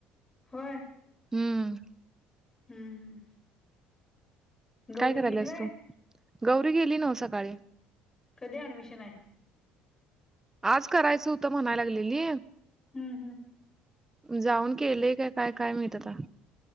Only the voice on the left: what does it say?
होय?
हम्म हम्म. गौरी
गेली व्हय
कधी अऍडमिशन आहे?
हम्म हम्म.